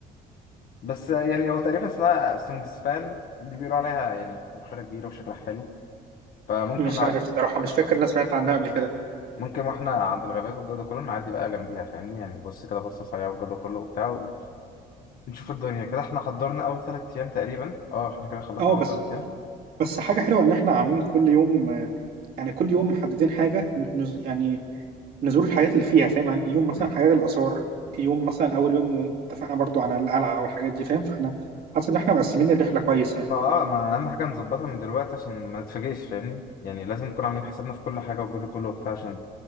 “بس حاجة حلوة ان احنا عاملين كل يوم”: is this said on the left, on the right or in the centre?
Right